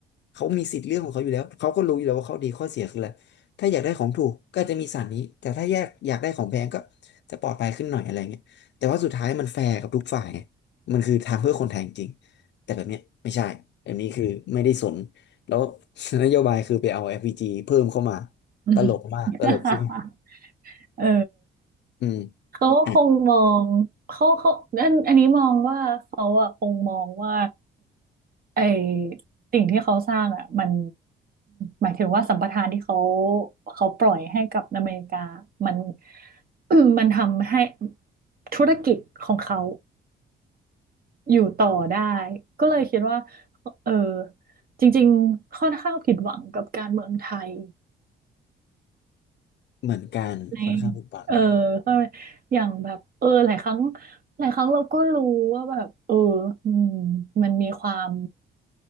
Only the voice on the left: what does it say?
เขามีสิทธิ์เลือกของเขาอยู่แล้วเขาก็รู้อยู่แล้วว่าเขาดีข้อเสียคืออะไรถ้าอยากได้ของถูกก็จะมีสารนี้แต่ถ้าอยากอยากได้ของแพงก็จะปลอดภัยขึ้นหน่อยอะไรเงี้ยแต่ว่าสุดท้ายมันแฟร์กับทุกฝ่ายไงมันคือทำเพื่อคนไทยจริงๆแต่แบบเนี้ยไม่ใช่แบบนี้คือไม่ได้สน แล้ว <laughs> นโยบายคือไปเอา f p g เพิ่มเข้ามา
ตลกมากตลกใช่ไหม
อืม
อ่ะ
เหมือนกันค่อนข้างผุดบัง